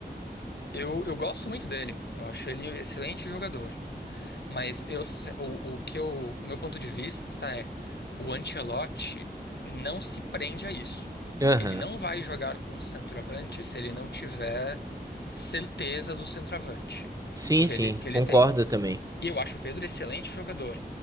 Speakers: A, on the left; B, on the right.
A: eu, eu gosto muito dele. Eu acho ele um excelente jogador. Mas eu, se- o, o que eu, o meu ponto de vista é, o Ancelotti não se prende a isso.
B: Aham.
A: Ele não vai jogar com um centroavante se ele não tiver certeza do centroavante
B: Sim,
A: que
B: sim,
A: ele, que ele
B: concordo
A: tem.
B: também.
A: E eu acho o Pedro excelente jogador.